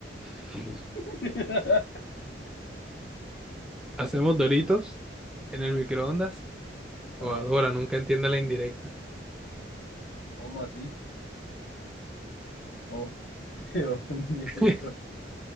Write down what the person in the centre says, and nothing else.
<laughs>
¿Hacemos doritos en el microondas?
O
adora, nunca entiende la indirecta.
<laughs>